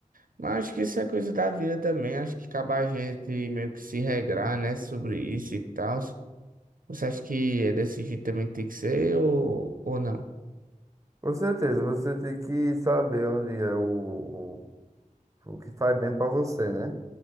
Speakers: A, on the right; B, on the right.
A: Mas acho que isso é coisa da vida também, acho que acaba a gente meio que se regrar, né, sobre isso e tal. Você acha que é desse jeito também que tem que ser ou, ou não?
B: Com certeza, você tem que saber onde é o, o, o que faz bem pra você, né?